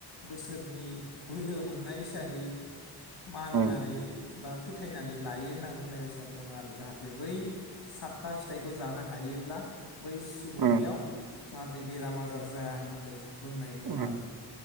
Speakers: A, on the left; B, on the right.
A: बोसोरनि बोलो मोननाय हिसाहै मानिनानै
B: उम
A: बा फोथायनानै लायो होनना बुंनाय बेसाद दं आरो जाहाथे बै सातथा फिथाइखौ जानो हायोब्ला बै सुबुंनियाव
B: उम
A: जाहाथे बेराम आजार जाया होननानै बुंनाय दङ
B: उम
A: आरो